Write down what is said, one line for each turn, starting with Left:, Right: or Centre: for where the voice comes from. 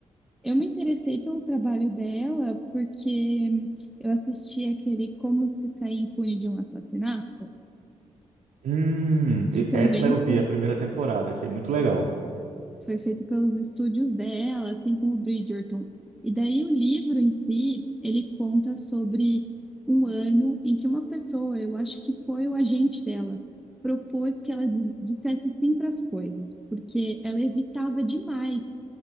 Centre: eu me interessei pelo trabalho dela porque eu assisti aquele Como se sair impune de um assassinato,
Right: Hum,
Centre: que
Right: e-
Centre: também
Right: essa eu vi
Centre: foi
Right: a primeira temporada, achei muito legal.
Centre: foi feito pelos estúdios dela, assim como Bridgerton. E daí o livro em si, ele conta sobre um ano em que uma pessoa, eu acho que foi o agente dela, propôs que ela di- dissesse sim para as coisas, porque ela evitava demais,